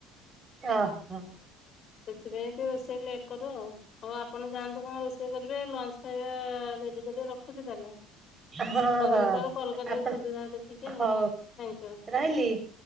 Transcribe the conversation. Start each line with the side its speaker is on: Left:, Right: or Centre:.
Right: ଓହୋ
Left: ସେଥିପାଇଁ ରୋଷେଇ ଟିକେ ଲେଟ୍ କରୁ ଆଉ, ହଉ ଆପଣ ଯାଆନ୍ତୁ କଣ ରୋଷେଇ କରିବେ ଲଞ୍ଚ ଖାଇବା ରେଡି କରିବେ ରଖୁ ଖୁଛି ତାହାଲେ
Right: ହଁ
Left: ପରେ
Right: ହଁ
Left: କେତେବେଳେ କଲ୍ କରିବେ
Right: ଆପଣ
Left: ସୁବିଧା ଦେଖ କି ଆଉ,
Right: ହଉ
Left: ଥ୍ୟାଙ୍କ ୟୁ।
Right: ରହିଲି।